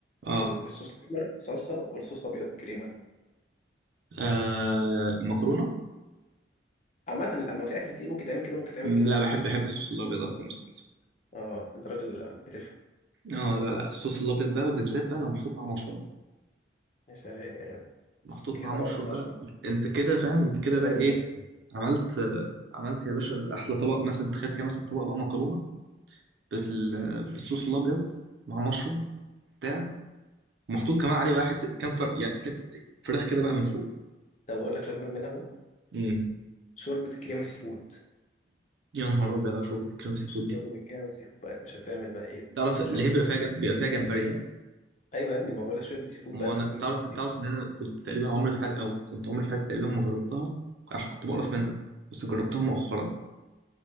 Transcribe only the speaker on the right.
اه
آه، المكرونه
مم،
لا بحب بحب الصوص الابيض اكتر من الصلصه
اه لا لا الصوص الابيض بقى وبالذات بقى لو محطوط مع مشروم
محطوط
مع
مشروم
بقى انت كده فاهم انت كده
بقى
ايه عملت آه، عملت يا باشا احلى طبق مثلا تخيل كده مثلا طبق بقى مكرونه بال- بالصوص الابيض مع مشروم بتاع، ومحطوط كمان عليه بقى حته كام فر... يعني حته فراخ كده بقى من فوق
امم
يا نهار ابيض على شوربه الكريم سي
فود دي
تعرف اللي
هي بيبقى فيها ج- بيبقى فيها جمبري ها؟
ما
انا تعرف تعرف
ان انا كنت تقريبا عمري في حياتي او كنت عمري في حياتي تقريبا ما جربتها عشان كنت بقرف منها بس جربتها مؤخرا